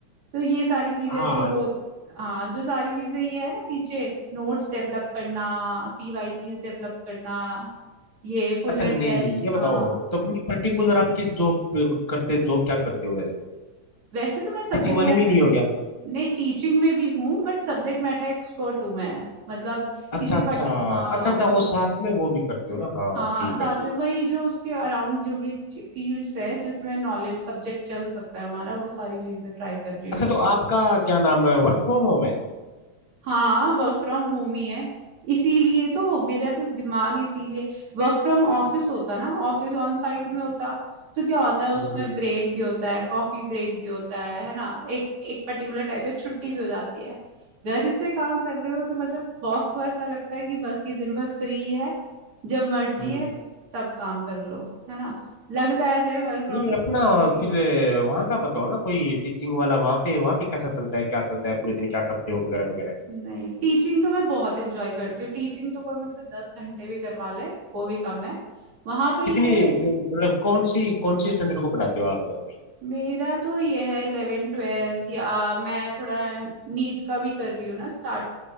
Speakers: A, on the right; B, on the left.
A: तो ये सारी चीजें
B: हाँ
A: जो वो हाँ जो सारी चीजें ये है ना पीछे नोट्स डेवलप करना पीवाईपीस डेवलप करना ये फुल
B: अच्छा
A: एंड
B: नहीं
A: टेस्ट
B: ये बताओ
A: हाँ
B: तो अपनी पर्टिकुलर आप किस जॉब करते जॉब क्या करते हो वैसे
A: वैसे तो मैं सब्जेक्ट
B: टीचिंग वाले
A: मैटर
B: में ही नहीं हो गया
A: नहीं टीचिंग में भी हूँ बट सब्जेक्ट मैटर एक्सपर्ट हूँ मैं मतलब
B: अच्छा
A: किसी
B: अच्छा
A: पट हाँ
B: अच्छा अच्छा
A: तो
B: वो साथ में वो भी करते हो ना हाँ
A: हाँ
B: ठीक
A: साथ
B: है ठीक
A: में वही
B: है
A: जो उसके अराउंड जो भी फील्ड्स है जिसमें नॉलेज सब्जेक्ट चल सकता है हमारा वो सारी चीजें ट्राई कर रही हूँ
B: अच्छा तो आपका क्या नाम है वर्क फ्रॉम होम है
A: हाँ वर्क फ्रॉम होम ही है इसीलिए तो मेरा तो दिमाग इसीलिए वर्क फ्रॉम ऑफिस होता ना ऑफिस ऑन साइट में होता तो क्या होता है उसमें
B: हम्म
A: ब्रेक भी होता है कॉफी ब्रेक भी होता है है ना एक एक पर्टिकुलर टाइप है छुट्टी भी हो जाती है घर से काम कर रहे हो तो मतलब बॉस को ऐसा लगता है कि बस ये दिन भर फ्री है जब मर्जी
B: हम्म।
A: है तब काम कर लो है ना लगता है ऐसे वर्क फ्रॉम
B: नहीं अपना
A: होम
B: फिर वहाँ का बताओ ना कोई टीचिंग वाला वहाँ पे वहाँ पे कैसा चलता है क्या चलता है पूरे दिन क्या करते हो वगैरह वगैरह
A: नहीं टीचिंग तो मैं बहुत इंजॉय करती हूँ टीचिंग तो कोई मुझसे दस घंटे भी करवा ले वो भी कम है वहां पे ये
B: कितनी क्यों- मतलब कौन सी कौन सी स्टैंडर्ड को पढ़ाते हो आप अभी
A: मेरा तो ये है इलेवेंथ ट्वेल्थ या मैं थोड़ा नीट का भी कर रही हूँ ना स्टार्ट